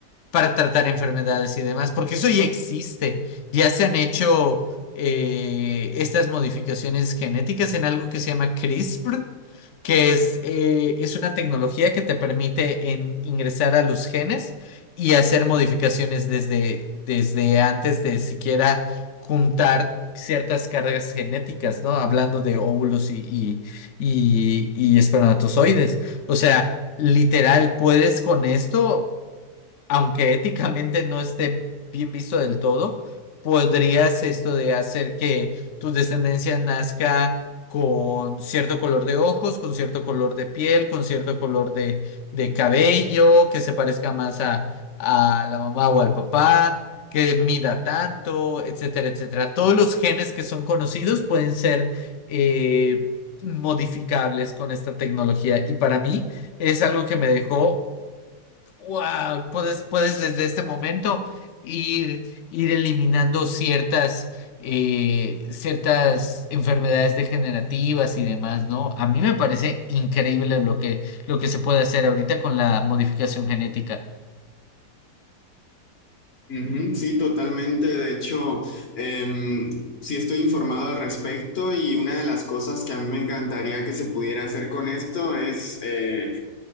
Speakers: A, on the left; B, on the left.
A: para tratar enfermedades y demás, porque eso ya existe. Ya se han hecho eh, estas modificaciones genéticas en algo que se llama CRISPR, que es, eh, es una tecnología que te permite en- ingresar a los genes y hacer modificaciones desde, desde antes de siquiera juntar ciertas cargas genéticas, ¿no? Hablando de óvulos y, y, y, y espermatozoides. O sea, literal, puedes con esto aunque éticamente no esté bien visto del todo, podrías esto de hacer que tu descendencia nazca con cierto color de ojos, con cierto color de piel, con cierto color de, de cabello, que se parezca más a, a la mamá o al papá, que mida tanto, etcétera, etcétera. Todos los genes que son conocidos pueden ser eh, modificables con esta tecnología y para mí es algo que me dejó Wow, puedes, puedes desde este momento ir, ir eliminando ciertas, eh, ciertas enfermedades degenerativas y demás, ¿no? A mí me parece increíble lo que, lo que se puede hacer ahorita con la modificación genética.
B: Ujú, sí, totalmente. De hecho, em, sí estoy informado al respecto y una de las cosas que a mí me encantaría que se pudiera hacer con esto es... eh,